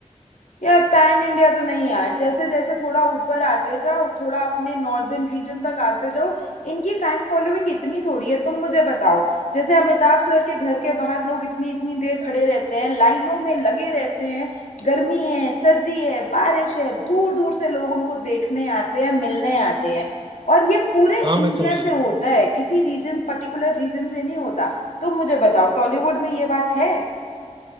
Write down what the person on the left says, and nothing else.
यार पैन इंडिया तो नहीं यार जैसे जैसे थोड़ा ऊपर आते जाओ थोड़ा अपने नॉर्दर्न रीजन तक आते जाओ इनकी फैन फॉलोइंग इतनी थोड़ी है तुम मुझे बताओ जैसे अमिताभ सर के घर के बाहर लोग इतनी इतनी देर खड़े रहते हैं लाइनों में लगे रहते हैं गर्मी है सर्दी है बारिश है दूर दूर से लोग उनको देखने आते हैं मिलने आते हैं और ये पूरे
इंडिया
से होता है किसी रीजन पर्टिकुलर रीजन से नहीं होता तुम मुझे बताओ टॉलीवुड में ये बात है